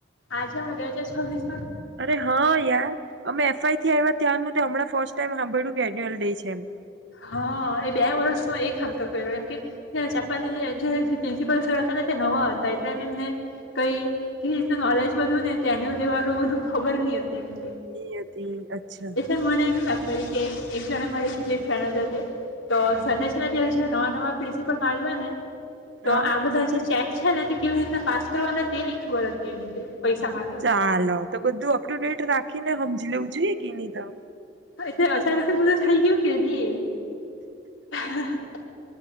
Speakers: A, on the left (about 85°); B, on the right (about 65°).
A: આજે અમે બે હજાર છવવીસ
B: અરે હા યાર અમે એફઆઈ થી આવ્યા ત્યાંનું તો હમં ફર્સ્ટ ટાઈમ હાભળ્યું એન્યુઅલ ડે છે એમ
A: હા, એ બે વર્ષનો એક હામટો કર્યો એમ કે, ત્યાં ચાંપાનેરીએ <unintelligible> જે પ્રિન્સિપાલ સર હતા ને તે નવા હતા એટલે એમ એમને, કઈ કેવી રીતના નોલેજ બધુ ને તે એન્યુલ ડે વાળું ખબર ની હતી એમ
B: ની હતી અચ્છા.
A: એટલે મને એવી વાત મળી કે એક જણે મરે કીધે તેના સાથે તો સંદેશ માં ત્યાં જ્યાં નવા નવા પ્રિન્સિપલમાં આવ્યા ને તો
B: હા
A: આ બધા જે ચેક છે ને તે કેવી રીતના પાસ કરવાના તે ન ખબર હતી એમ કે પૈસા માટે
B: ચાલો, તો બધું અપ ટુ ડેટ રાખીને લવું જોઈએ કે નહી તો
A: એટલે અચાનક જ બધુ થઈ ગયું કે ની હા, હા